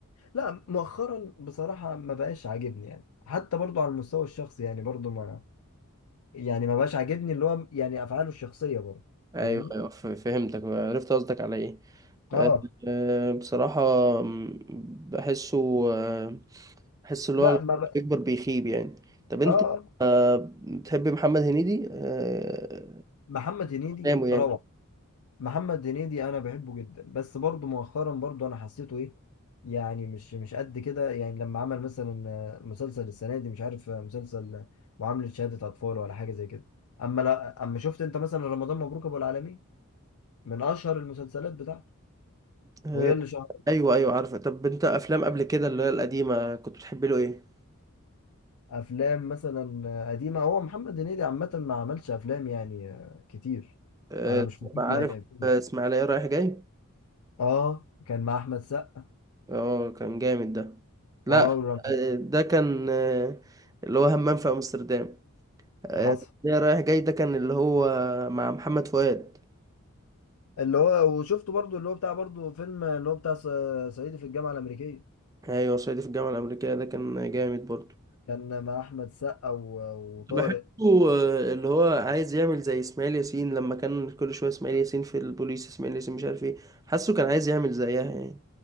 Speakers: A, on the left (about 85°); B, on the right (about 15°).
A: لا مؤخرا بصراحة ما بقاش عاجبني يعني حتى برضو على المستوى الشخصي يعني برضو ما يعني ما بقاش عاجبني اللي هو يعني افعاله الشخصية برضو
B: ايوه
A: فاهمني
B: ايوه ف- فهمتك عرفت قصدك على ايه
A: اه
B: آه، آه، بصراحه م، بحسه آه، بحس اللي
A: لا
B: هو لما
A: ما بق...
B: بيكبر بيخيب يعني طب انت
A: اه
B: بتحب محمد هنيدي آه،
A: محمد هنيدي
B: افلامه يعني
A: روعة محمد هنيدي انا بحبه جدا بس برضه مؤخرا برضه انا حسيته ايه يعني مش مش قد كده يعني لما عمل مثلا آه، مسلسل السنه دي مش عارف آه، مسلسل آه، معامله شهاده اطفال ولا حاجه زي كده اما لا اما شفت انت مثلا رمضان مبروك ابو العالمين من اشهر المسلسلات بتاعته
B: آه،
A: وهي اللي شهرت
B: ايوه ايوه عارفه طب انت افلام قبل كده اللي هي القديمه كنت بتحب له ايه
A: افلام مثلا آه، قديمه هو محمد هنيدي عامه ما عملش افلام يعني آه، كتير
B: آه،
A: انا مش فاكر
B: عارف
A: له يعني أفلام.
B: آه، اسماعيليه رايح جاي
A: اه كان مع احمد سقا
B: اه كان جامد ده لا
A: واو رم-
B: آه، ده كان آه، اللي هو همام في امستردام آه،
A: حصل
B: اسماعيليه رايح جاي ده كان اللي هو مع محمد فؤاد
A: اللي هو وشفته برضو اللي هو بتاع برضو فيلم اللي هو بتاع ص- صعيدي في الجامعة الأمريكية
B: ايوه صعيدي في الجامعه الامريكيه ده كان جامد برضه
A: كان مع أحمد سقا و- وطارق
B: بحسه آه، اللي هو عايز يعمل زي اسماعيل ياسين لما كان كل شويه اسماعيل ياسين في البوليس اسماعيل ياسين مش عارف ايه حاسه كان عايز يعمل زيها يعني